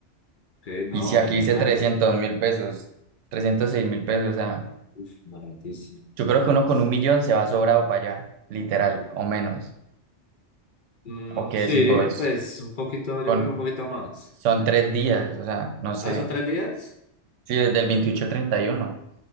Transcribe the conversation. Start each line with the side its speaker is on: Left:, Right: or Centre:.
Left: Ok, no,
Right: Y si aquí
Left: genial.
Right: dice trescientos mil pesos, trescientos seis mil pesos, o sea,
Left: Uf, baratísimo,
Right: yo
Left: baratísimo.
Right: creo que uno con un millón se va sobrado para allá, literal, o menos.
Left: Mm,
Right: ¿O qué
Left: sí,
Right: decís vos?
Left: pues un poquito, yo
Right: Con,
Left: creo que un poquito más.
Right: Son tres días, o sea, no sé.
Left: Ah, son tres días.
Right: Sí, desde el veintiocho al treinta treinta y uno